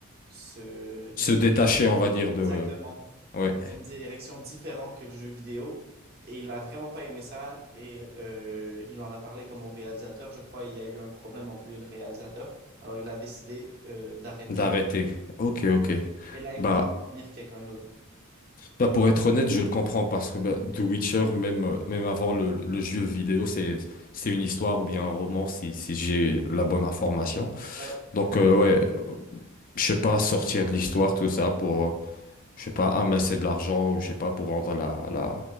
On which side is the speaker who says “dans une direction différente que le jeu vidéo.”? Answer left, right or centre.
Right